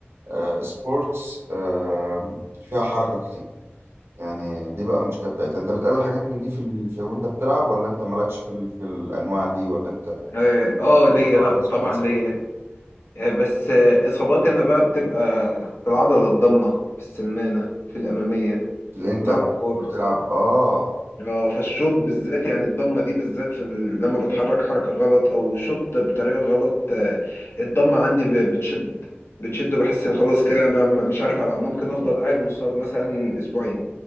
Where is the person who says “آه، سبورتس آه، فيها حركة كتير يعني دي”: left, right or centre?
Right